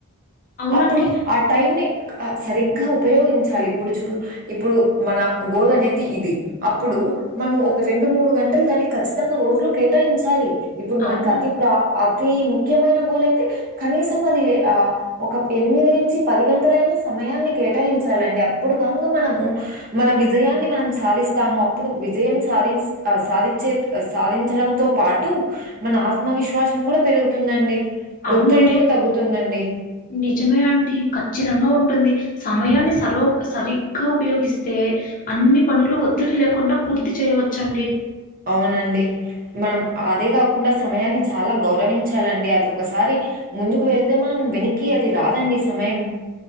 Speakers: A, on the left; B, on the right.
A: అవునండి
B: అప్పుడు ఆ టైమ్ ని ఆ సరిగ్గా ఉపయోగించాలి ఇప్పుడు చుడు ఇప్పుడు మన గోల్ అనేది ఇది అప్పుడు మనం ఒక రెండు మూడు గంటలు దాన్ని ఖచ్చితంగా రోజులో కేటాయించాలి ఇప్పుడు మన్కతి
A: అవునండి
B: ప్ర అతి ముఖ్యమైన గోలైతే కనీసం అది లే ఆ ఒక ఎనిమిది నించి పది గంటలైనా సమయాన్ని కేటాయించాలండి అప్పుడు కాంగ మనము మన విజయాన్ని మనం సాధిస్తాము అప్పుడు విజయం సాధి స్త్ ఆ సాదిచ్చేక్ ఆ సాధించడంతో పాటు మన ఆత్మవిశ్వాసం కుడ పెరుగుతుందండి
A: అవునండి
B: ఒత్తిడి కూడ తగ్గుతుందండి
A: నిజమే అండి ఖచ్చితంగ ఉంటుంది సమయాన్ని సరో సరిగ్గా ఉపయోగిస్తే అన్ని పనులు ఒత్తిడి లేకుండా పూర్తి చేయవచ్చండి
B: అవునండి మనం అదే గాకుండా సమయాన్ని చాలా గౌరవించాలండి అది ఒక్కసారి ముందుకు వెళ్తే మనం వెనక్కి అది రాదండి సమయం